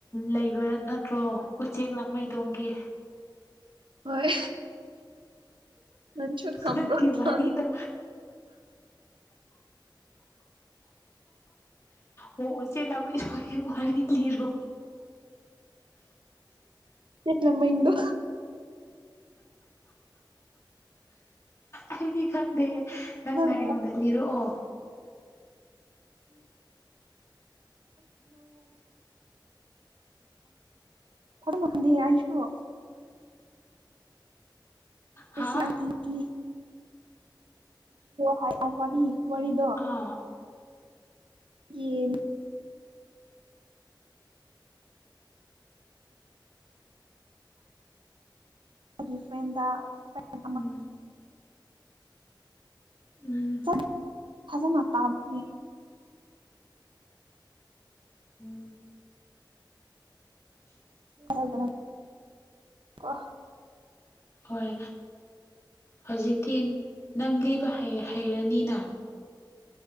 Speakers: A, on the left; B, on the right.
A: ꯂꯩꯕ ꯅꯠꯇ꯭ꯔꯣ ꯎꯆꯦꯛ ꯂꯥꯡꯃꯩꯗꯣꯡꯝꯒꯤ
B: ꯍꯣꯏ ꯃꯁꯨ ꯈꯝꯕ
A: ꯅꯪꯒꯤ
B: ꯊ
A: ꯋꯥꯔꯤꯗꯣ ꯑꯣ ꯎꯆ ꯎꯆꯦ ꯂꯝꯃ ꯁꯦ ꯋꯥꯔꯤꯔꯣ
B: ꯂꯝꯃ ꯏꯗ
A: ꯑꯩꯗꯤ ꯈꯪꯗꯦ ꯅꯪꯅ
B: ꯅꯪ
A: ꯑꯩꯉꯣꯟꯗ ꯂꯤꯔꯛꯑꯣ
B: ꯋꯥꯗꯤ ꯌꯥ ꯇ
A: ꯍꯥ
B: ꯁꯂꯥꯡ ꯏ ꯍꯥꯏ ꯋꯥꯔꯤ ꯋꯥꯔꯤꯗꯣ
A: ꯑꯥ
B: ꯌꯦ ꯃꯥꯒꯤ ꯐ꯭ꯔꯦꯟꯗ ꯐ꯭ꯔꯦꯟ
A: ꯎꯝ ꯎꯝ
B: ꯆꯠ ꯐꯖꯅ ꯇꯥꯕꯤ
A: ꯎꯝ <unintelligible>
B: <unintelligible> ꯀꯣ
A: ꯍꯣꯏ ꯍꯧꯖꯤꯛꯇꯤ ꯅꯪ ꯂꯤꯕ ꯍꯩꯔꯅꯤꯅ